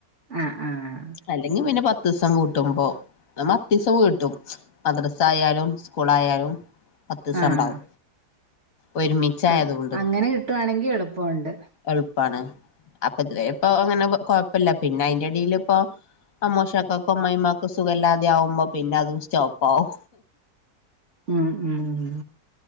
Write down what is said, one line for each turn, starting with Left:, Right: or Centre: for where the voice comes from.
Right: ആഹ് ആഹ്
Left: അല്ലെങ്കിൽ പിന്നെ പത്ത ഡിസം വിട്ടുമ്പോ ഞാൻ മദിസം വിട്ടും മദ്രസ്സ ആയാലും സ്കൂൾ ആയാലും. പത്ത് ദിവസം
Right: ആഹ്
Left: ഉണ്ടാവും ഒരുമിച്ചായതു
Right: ആഹ്
Left: കൊണ്ട്
Right: അങ്ങനെ കിട്ടുവാണെങ്കി എളുപ്പമുണ്ട്
Left: എൾ പ്പാണ് അപ്പൊ ഇതുവരെ ഇപ്പ അങ്ങനെ കൊഴപ്പല്ല പിന്നെ അയിന്റെ അടിയിലും. പ്പോ അമ്മോഷാക്കാക്കും അമ്മായി മ്മാ സുഖല്ലാതെ ആവുമ്പോ പിന്നെ അതും സ്റ്റോപ്പാവും
Right: ഉം ഉം